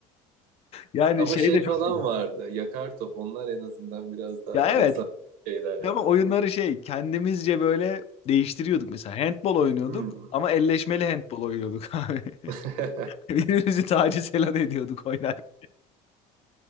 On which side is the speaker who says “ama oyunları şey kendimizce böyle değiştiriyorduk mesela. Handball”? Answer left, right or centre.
Left